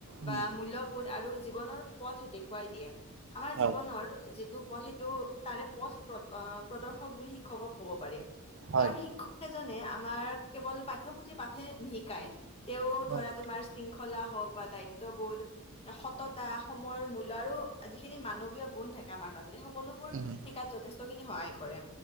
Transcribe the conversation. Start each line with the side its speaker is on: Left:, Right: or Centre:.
Right: উম
Left: বা মূল্যবোধ আৰু জীৱনৰ পথ দেখুৱাই দিয়ে আমাৰ
Right: হয়
Left: জীৱনৰ যিটো পথ সেইটো তাৰে পথ প্ৰদৰ্শক বুলি শিক্ষকক ক'ব পাৰে।
Right: হয়
Left: কাৰণ শিক্ষক জনে আমাৰ কেৱল পাঠ্যপুথি পাঠে নিশিকাই। তেওঁ
Right: হয়
Left: ধৰা‌তোমাৰ শৃংখলা হওক, বা দায়িত্ববোধ, সততা সময়ৰ মূল্য আৰু যিখিনি মানৱীয় গুণ থাকে আমাৰ মাজত সেই সকলোবোৰ
Right: উম
Left: শিকাত যথেষ্ট সহায় কৰে